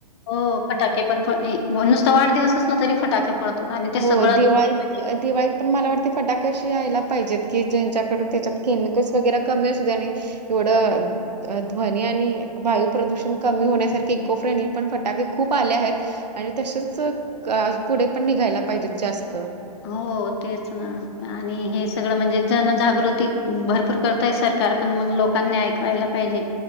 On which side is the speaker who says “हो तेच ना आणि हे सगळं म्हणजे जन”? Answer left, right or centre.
Left